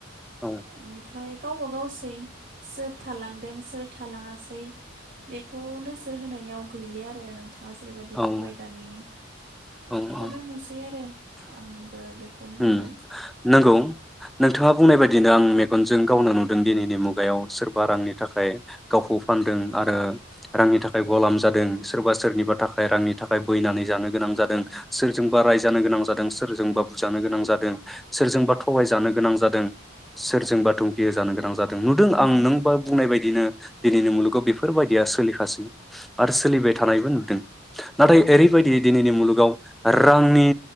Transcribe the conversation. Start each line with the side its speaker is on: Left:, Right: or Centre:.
Centre: औ
Right: बेनिफ्राय गावबा गावसै। सोर थालांदों सोर थालाङा सै बेखौ नोजोर होनायाव गैलिया आरो नों थाङा जेरैबायदि
Centre: औ
Right: बुंबाय दानि बेखौनो
Centre: औ
Right: नुसै आरो आंबो बेखौनो
Centre: उ
Right: नुदों
Centre: नंगौ नोंथाङा बुंनाय बायदिनो आं मेगनजों गावनो नुदों दिनैनि मुगायाव सोरबा रांनि थाखाय गावखौ फानदों आरो रांनि थाखाय गलामजादों सोरबा सोरनिबा थाखाय रांनि थाखाय बैनानै जानो गोनां जादों सोरजोंबा रायजानो गोनां जादों सोरजोंबा बुजानों जानो गोनां जादों सोरजोंबा थगाय जानो गोनां जादों सोरजोंबा थुमखि जानो गोनां जादों नुदों आं नों बा बुंनाय बायदिनो दिनैनि मुलुगाव बेफोरबायदिया सोलिखासै आरो सोलिबाय थानायबो नुदों। नाथाय ओरैबायदि दिनैनि मुलुगाव रांनि